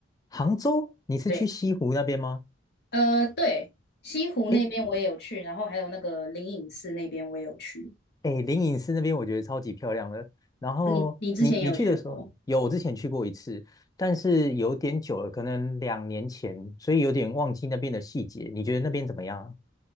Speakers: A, on the left (about 20°); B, on the left (about 60°).
A: 杭州，你是去西湖那边吗？
B: 对，呃，对，西湖那边我也有去，
A: 哎，
B: 然后还有那个灵隐寺那边我也有去。
A: 哎，灵隐寺那边我觉得超级漂亮了。然后你你去的时候，
B: 你你之前也有去过？
A: 有，我之前去过一次，但是有点久了，可能两年前，所以有点忘记那边的细节。你觉得那边怎么样啊